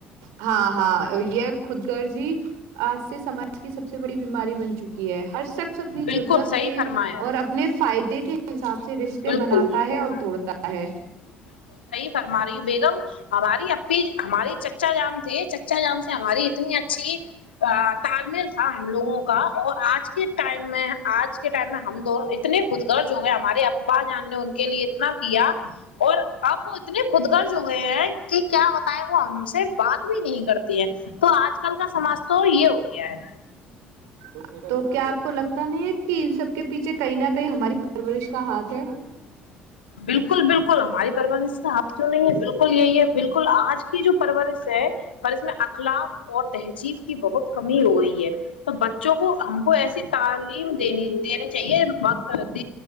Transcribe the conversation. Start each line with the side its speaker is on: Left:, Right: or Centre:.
Right: ہاں ہاں یہ خود گر جی آج سے سماج کی سب سب سے بڑی بیماری بن چکی ہے ہر شخص اپنی
Left: بالکل
Right: ضرورت
Left: صحیح
Right: کے
Left: فرمایا
Right: اور اپنے فائدے کے حساب سے رشتے
Left: بالکل
Right: بناتا
Left: بالکل
Right: ہے اور توڑتا ہے
Left: ہماری بیگم ہماری اپ ہماری چچا جام تھے چچا جام سے ہماری اتنی اچھی تال مل تھا ہم لوگوں کا اور آج کے ٹائم میں آج کے ٹائم میں ہم دونوں اتنے خود گرج ہو گئے ہمارے ابا جان نے ان کے لیے اتنا کیا اور اب وہ اتنے خود گرج ہو گئے ہیں کہ کیا بتائے وہ ہم سے بات بھی نہیں کرتی ہے تو آج کل کا سماج تو یہ ہو گیا ہے
Right: ا تو کیا آپ کو لگتا نہیں ہے کہ ان سےب کہ پیچے کئی نہ کہیں ہماری پرورش کا ہاتھ ہے
Left: بالکل بالکل ہماری پرورش تو آپ کیوں نہیں ہے بالکل بالکل یہی ہے بالکل آج کی جو پرورش ہے پر اس میں اخلاق اور تہذیب کی بہت کمی ہوی ہے تو بچوں کو ہم کو ایسی تعلیم دینی دینی چاہیے د